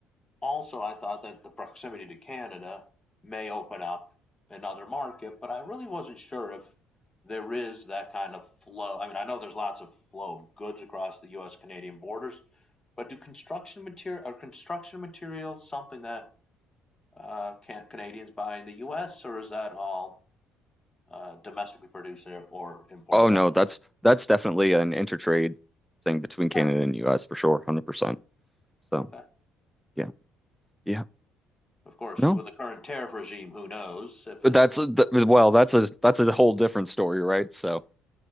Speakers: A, on the left; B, in the centre.
A: also, I thought that the proximity to Canada may open up another market, but I really wasn't sure if there is that kind of flow. I mean, I know there's lots of flow of goods across the U.S. Canadian borders, but do construction material are construction materials something that uh, can Canadians buy in the U.S. or is that all uh, domestically produced or imported
B: Oh no,
A: elsewhere?
B: that's that's definitely an intertrade thing between Canada
A: Okay.
B: and US for sure, 100%.
A: Okay.
B: So, yeah. Yeah.
A: Of course,
B: No.
A: with the current tariff regime, who knows if
B: But
A: it
B: That's a, th well, that's a that's a whole different story, right? So,